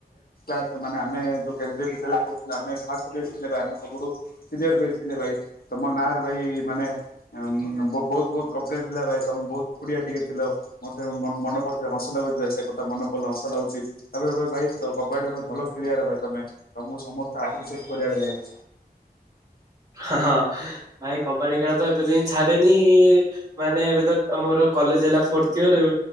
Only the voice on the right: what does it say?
ହଁ ଭାଇ କବାଡି ଖେଳ ତ ଏବେ ଯାଏ ଛାଡିନି। ମାନେ ଏବେ ତ ଆମର କଲେଜ ହେଲା ଫୋର୍ଥଇଅର୍।